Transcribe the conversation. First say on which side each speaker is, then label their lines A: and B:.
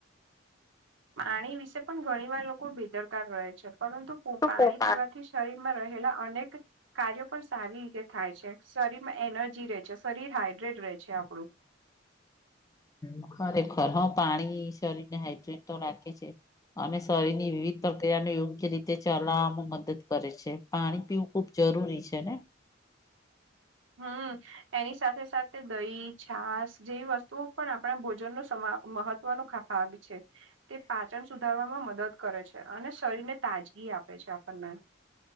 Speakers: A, on the right; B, on the left.
A: પાણી વિશે પણ ઘણી વાર લોકો બેદરકાર રહે છે. પરંતુ પો
B: તો
A: પાણી
B: પોતા
A: પીવા થી શરીર માં રહેલા અનેક કાર્યો પણ સારી રીતે થાય છે. શરીરમાં એનર્જી રહે છે. શરીર હાઈડ્રેટ રહે છે આપડું.
B: હ ખરેખર હ પાણી શરીર ને હાઈડ્રેટ તો રાખે છે. અને શરીરની વિવિધ તકિયા ને યોગ્ય રીતે ચલાવામાં મદદ કરે છે. પાણી પીવું ખુબ જરૂરી છે ને.
A: હમ એની સાથે સાથે દહી છાસ જેવી વસ્તુ તુ પણ આપણા ભોજન નો સમા મહત્વનો ખા ભાગ છે. તે પાચન સુધારવામાં મદદ કરે છે અને શરીરને તાજગી આપે છે આપણને.